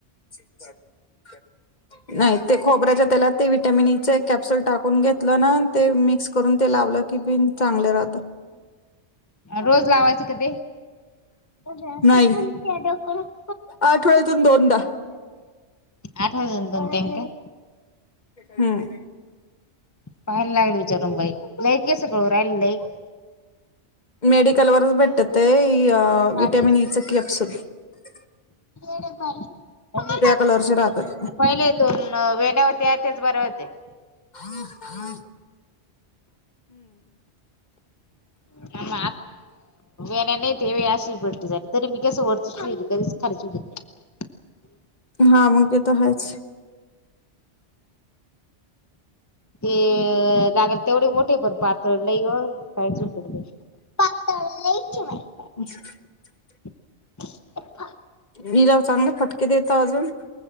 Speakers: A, on the left (about 40°); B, on the left (about 15°).
A: <unintelligible> नाही ते खोबऱ्याच्या त्याला ते विटॅमिन कॅप्सल टाकून घेतलं ना ते मिक्स करून त्या <unintelligible> लावलं की बि चांगले राहत <unintelligible>
B: रोज लावायचं क तेडक
A: नाही
B: <unintelligible>
A: आठवड्यातून दोनदा
B: आठवण दन त्यां <unintelligible>
A: हम् <unintelligible>
B: पाहायला लागल विचारून बाई लई कस कळू राहिला लई <inaudible>
A: मेडिकल वरच भेटतते
B: माझे
A: विटॅमिन ईचं कप्सल <unintelligible>
B: ए बाई <unintelligible>
A: कलरचे राहतात
B: पहिले दोन वेड्या होते तेच बरे होते- <inaudible>
A: ह हार <unintelligible>
B: आ आता <unintelligible> ेण्या नाही ते वेशि पट्ट झाली तरी मी कसं वरतीच होईल कधीच खाच उडत नाही- <inaudible>
A: हा अनकेत आहेच <unintelligible>
B: ते लागल तेवढे मोठ <unintelligible> ठे पण पातळ ला काहीचट पातळची माहि <unintelligible>
A: अच <unintelligible>
B: <unintelligible>
A: मला चांगलं फटके देत अजून